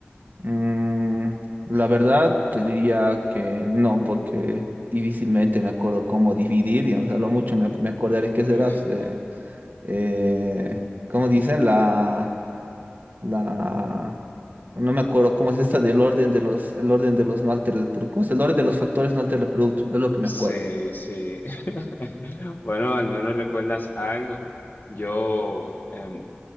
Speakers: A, on the right (about 45°); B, on the left (about 50°).
A: Mm, la verdad, te diría que no, porque difícilmente me acuerdo cómo dividir, y a lo mucho me, me acordaré que
B: Eh,
A: será, eh, eh, ¿cómo dicen? La, la, no me acuerdo cómo es esta del orden de los, el orden de los no altera el producto, ¿cómo es el orden de los factores no altera el producto? Es lo que me
B: sí
A: acuerdo.
B: se- <laughs> Bueno, al menos recuerdas algo. Yo, em,